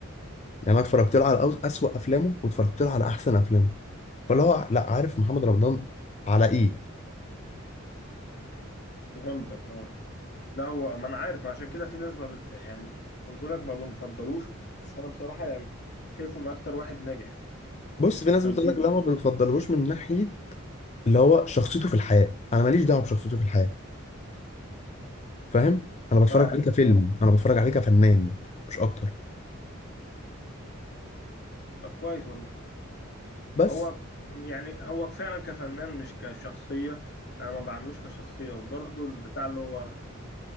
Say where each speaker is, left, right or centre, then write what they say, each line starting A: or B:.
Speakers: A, on the left (about 30°); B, on the left (about 50°).
A: يعني انا اتفرجت له على أوس- اسوأ افلامه واتفرجت له على احسن افلامه فاللي هو لا عارف محمد رمضان على ايه
B: فهمتك اه لا هو ما انا عارف ما عشان كده في ناس ما بت يعني ما بتقولك ما بنفضلوش بس انا بصراحة يعني شايفه من اكتر واحد ناجح
A: بص
B: في
A: في
B: التمثيل
A: ناس بتقول لك
B: بصراحة
A: لا ما بتفضلهوش من ناحيه اللي هو شخصيته في الحياه انا ماليش دعوه بشخصيته في الحياه فاهم انا بتفرج
B: فاهمك
A: عليه كفيلم
B: اه
A: انا بتفرج عليه كفنان مش اكتر
B: طب كويس والله
A: بس
B: هو يعني هو فعلا كفنان مش كشخصية أنا ما بعملوش كشخصية وبرضه البتاع اللي هو يعني